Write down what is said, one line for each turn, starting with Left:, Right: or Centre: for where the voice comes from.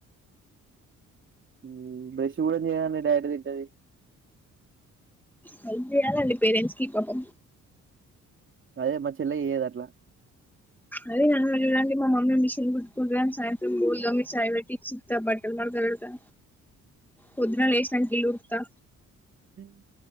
Right: ఊ బ్రష్ కూడా చేయదండి డైరెక్ట్ తింటాది
Centre: హెల్ప్ చేయాలండి పేరెంట్స్ కి పాపం
Right: అదే మా చెల్లె చేయదట్ల
Centre: అదే నండి మా మమ్మీ మిషన్ కుట్టు కుంటదని సాయంత్రం <unintelligible> చాయ్ పెట్టిచ్చి ఇత్త బట్టల్ మడత పెడతా పొద్దున లేశినంక ఇల్లు ఊడూత్తా
Right: <unintelligible>